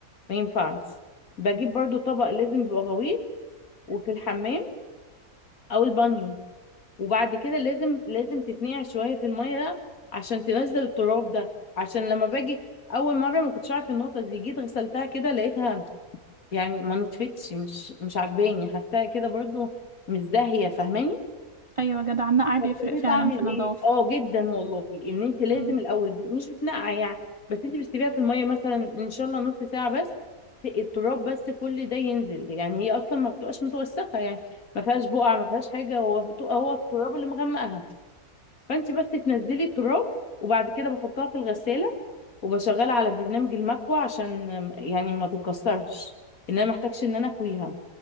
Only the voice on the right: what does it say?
ايوه جدع النقع بيفرق
فعلا
في النظافه
امم